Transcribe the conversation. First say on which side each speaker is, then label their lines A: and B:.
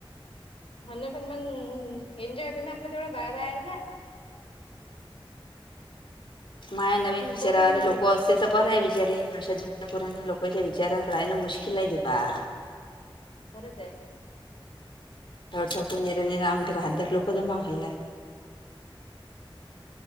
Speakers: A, on the left; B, on the left.
A: हा ना पण मंग एन्जॉय होते ना आपलं तेवढं बाया बायचा.
B: माया नवीन विचारवे
A: बसा मग
B: लोको
A: घरी
B: असेल. तर बरं आहे विचारिंग अशा जुन्या पुराण लोकांच्या विचारात राहणं मुश्किल आहे दीपा. <inaudible> <inaudible>
A: खरच आहे.
B: थड नरा नरा अंगठी बाहत्तर लोक जमा होईलाय